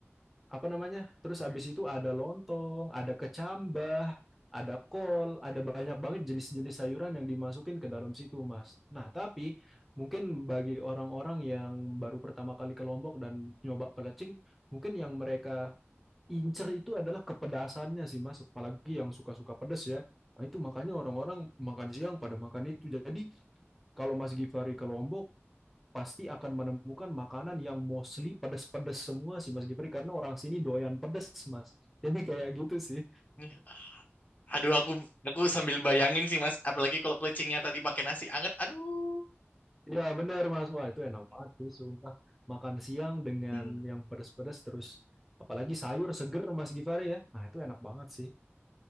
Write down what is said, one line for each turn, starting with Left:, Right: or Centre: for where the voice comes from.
Centre: apa namanya? Terus habis itu ada lontong, ada kecambah, ada kol, ada banyak banget jenis-jenis sayuran yang dimasukin ke dalam situ, Mas. Nah, tapi mungkin bagi orang-orang yang baru pertama kali ke Lombok dan nyoba pelecing, mungkin yang mereka incer itu adalah kepedasannya sih, Mas. Apalagi yang suka-suka pedes ya. Nah, itu makanya orang-orang makan siang pada makan itu. Jadi, kalau Mas Gifari ke Lombok, pasti akan menemukan makanan yang mostly pedas-pedas semua sih Mas Gifri karena orang sini doyan pedas Mas. Jadi kayak gitu sih.
Left: Nih, Aduh, aku aku sambil bayangin sih Mas, apalagi kalau pelecingnya tadi pakai nasi anget. Aduh.
Centre: Ya benar Mas. Wah itu enak banget sih sumpah. Makan siang dengan
Left: <laughs>
Centre: yang pedas-pedas terus apalagi sayur seger Mas Gifari ya. Nah itu enak banget sih.